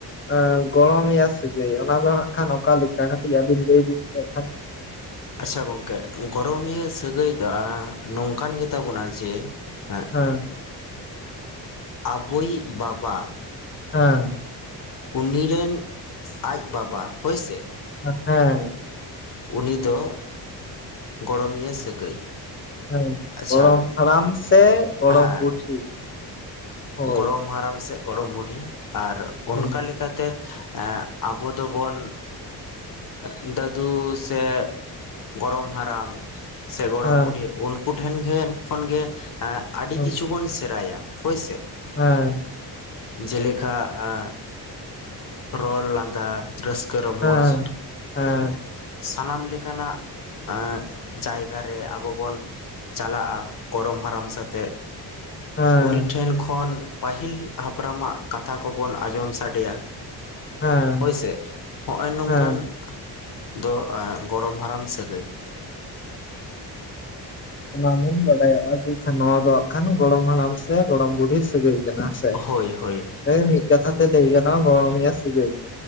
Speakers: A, on the left (about 30°); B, on the left (about 55°).
A: ᱟᱸ ᱜᱚᱲᱚᱢᱮᱭᱟ ᱥᱟᱹᱜᱟᱹᱭ ᱚᱱᱟ ᱫᱚ ᱦᱟᱸᱜ ᱠᱷᱟᱱ ᱚᱠᱟ ᱞᱤᱠᱟ ᱠᱟᱹᱴᱤᱡ ᱟᱹᱵᱤᱱ ᱞᱟᱹᱭ ᱵᱤᱱ ᱥᱮ ᱠᱷᱟᱱ?
B: ᱟᱪᱪᱷᱟ ᱜᱚᱝᱠᱮᱜ ᱜᱚᱨᱚᱱᱤᱭᱟᱹ ᱥᱟᱹᱜᱟᱹᱭ ᱫᱟᱻᱜ ᱱᱚᱝᱠᱟᱱ ᱜᱮ ᱛᱟᱵᱚᱱᱟ ᱡᱮ ᱦᱮᱸᱜᱼᱼ
A: ᱦᱮᱸᱜ
B: ᱟᱵᱚ ᱭᱤᱡ ᱵᱟᱵᱟ
A: ᱦᱮᱸ!
B: ᱩᱱᱤ ᱨᱮᱱ ᱟᱡ ᱵᱟᱵᱟ, ᱦᱳᱭ ᱥᱮ!
A: ᱦᱮᱸ ᱦᱳᱭ ᱾
B: ᱩᱱᱤ ᱫᱚᱜ ᱜᱚᱲᱚᱢᱤᱭᱟᱹ ᱥᱟᱹᱜᱟᱹᱭ᱾
A: ᱦᱮᱸ,
B: ᱟᱪᱪᱷᱟ
A: ᱜᱚᱲᱚᱢ ᱦᱟᱲᱟᱢ ᱥᱮ ᱜᱚᱲᱚᱢ
B: ᱦᱮᱸ
A: ᱵᱩᱰᱷᱤ? ᱦᱳᱭ
B: ᱜᱚᱲᱚᱢ ᱦᱟᱨᱟᱢ ᱥᱮᱫ ᱜᱚᱲᱚᱢ ᱵᱩᱰᱷᱤ ᱟᱨ
A: ᱦᱮᱸ
B: ᱚᱱᱠᱟ ᱞᱮᱠ ᱟᱛᱮ ᱟᱵᱚ ᱫᱚᱵᱚᱱ ᱮᱸ ᱫᱟᱹᱫᱩ ᱥᱮᱜ ᱜᱚᱨᱚᱢ ᱦᱟᱨᱟᱢ ᱥᱮ ᱜᱚᱲᱚᱢ
A: ᱦᱮᱸ
B: ᱵᱩᱰᱷᱤ, ᱩᱱᱠᱩ ᱴᱷᱮᱱ ᱜᱷᱮᱱ ᱠᱷᱚᱱ ᱜᱮ ᱟᱸ ᱟᱹᱰᱤ
A: ᱦᱮᱸ
B: ᱠᱤᱪᱷᱩ ᱵᱚᱱ ᱥᱮᱨᱟᱭᱟ᱾ ᱦᱚᱭ ᱥᱮᱜ᱾
A: ᱦᱮᱸ᱾
B: ᱡᱮᱞᱮᱠᱟᱜ ᱟᱸ ᱨᱚᱲ, ᱞᱟᱸᱫᱟ ᱨᱟᱹᱥᱠᱟᱹ, ᱨᱚᱢᱚᱡᱽ
A: ᱦᱮᱸ ᱦᱮᱸ
B: ᱥᱟᱱᱟᱢ ᱞᱮᱠᱟᱱᱟᱜ ᱟᱸ ᱡᱟᱭᱜᱟ ᱨᱮ, ᱟᱵᱚ ᱵᱚᱱ ᱪᱟᱞᱟᱜᱼᱟ᱾ ᱜᱚᱨᱚᱢ ᱦᱟᱨᱟᱢ ᱥᱟᱛᱮᱜ,
A: ᱦᱮᱸ
B: ᱩᱱᱤ ᱴᱷᱮᱸᱱ ᱠᱷᱚᱸ- ᱦᱚᱱ ᱯᱟᱹᱦᱤᱞ ᱦᱟᱯᱨᱟᱢᱟᱜ ᱠᱟᱛᱷᱟ ᱠᱚᱵᱚᱱ ᱟᱸᱡᱚᱢ ᱥᱟᱰᱮᱭᱟ,
A: ᱦᱮᱸ
B: ᱦᱳᱭ ᱥᱮᱜ, ᱦᱚᱸᱜᱼᱚᱭ ᱱᱚᱝᱠᱟᱱ
A: ᱦᱮᱸ
B: <inaudible> ᱫᱚ ᱟ ᱜᱚᱨᱚᱢ ᱦᱟᱨᱟᱢ ᱥᱟᱹᱜᱟᱹᱭ᱾
A: ᱚᱱᱟ ᱢᱟᱹᱧ ᱵᱟᱰᱟᱭᱟᱼᱟ ᱠᱤ ᱥᱮ ᱱᱚᱣᱟ ᱫᱚ ᱣᱟᱜ ᱠᱷᱟᱱ ᱜᱚᱲᱚᱢ ᱦᱟᱲᱟᱢ ᱥᱮ ᱜᱚᱲᱚᱢ ᱵᱩᱰᱦᱤ ᱥᱟᱹᱜᱟᱹᱭ? ᱡᱟᱦᱟᱸ ᱥᱮ,
B: ᱦᱳᱭ ᱦᱳᱭ
A: ᱦᱚᱻᱭ ᱢᱤᱫ ᱠᱟᱛᱷᱟ ᱛᱮ ᱞᱟᱹᱭ ᱜᱟᱱᱚᱜᱼᱟ ᱱᱚᱣᱟ ᱟᱹᱞᱤᱧᱟᱜ ᱥᱟᱹᱜᱟᱹᱭ᱾